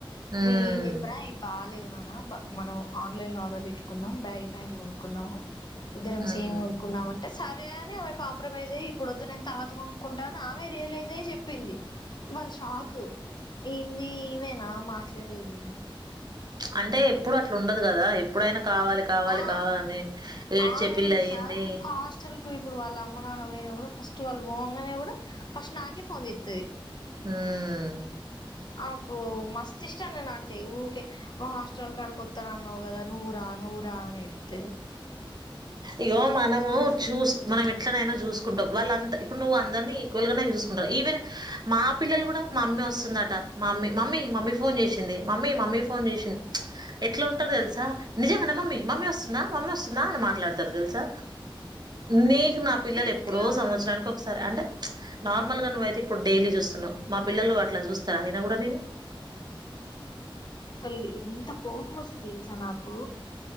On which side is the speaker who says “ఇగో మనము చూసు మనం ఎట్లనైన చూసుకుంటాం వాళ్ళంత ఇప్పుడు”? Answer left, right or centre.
Right